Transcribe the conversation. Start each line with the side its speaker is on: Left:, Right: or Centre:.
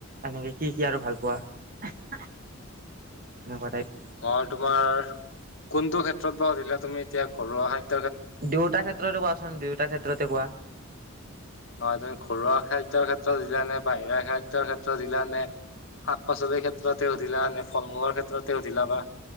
Right: এনেকে কি কি আৰু ভাল পোৱা? তেনেকুৱা টাইপ।
Left: মই তোমাৰ কোনটো ক্ষেত্ৰত বা সুধিলা তুমি এতিয়া, ঘৰুৱা খাদ্য।
Right: দুয়োতাৰ ক্ষেত্ৰতে কোৱাচোন দুয়টাৰ ক্ষেত্ৰতে কোৱা
Left: নহ তুমি ঘৰুৱা খাদ্যৰ ক্ষেত্ৰত দিলা নে বাহিৰা খাদ্যৰ ক্ষেত্ৰত দিলানে শাক পাচলিৰ ক্ষেত্ৰতে সুধিলা নে ফল মূলৰ ক্ষেত্ৰতে সুধিলা বা